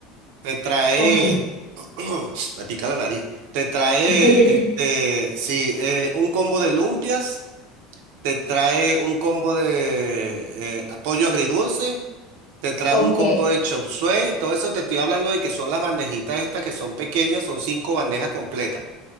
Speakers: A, on the right (about 75°); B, on the left (about 65°).
A: Te trae,
B: Ok.
A: <clears throat> me pica la nariz. Te trae,
B: <laughs>
A: este, sí, eh, un combo de lumpias. Te trae un combo de eh, pollo agridulce. Te trae
B: Ok,
A: un combo de chop suey. Todo eso te estoy hablando de que son las bandejitas estas que son pequeñas, son cinco bandejas completas.